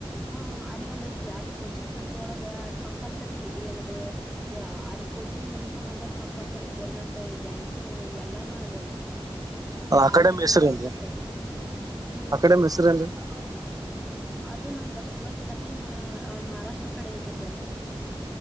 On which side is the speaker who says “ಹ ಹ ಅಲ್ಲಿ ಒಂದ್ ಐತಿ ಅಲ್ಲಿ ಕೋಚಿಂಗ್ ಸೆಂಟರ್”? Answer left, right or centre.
Centre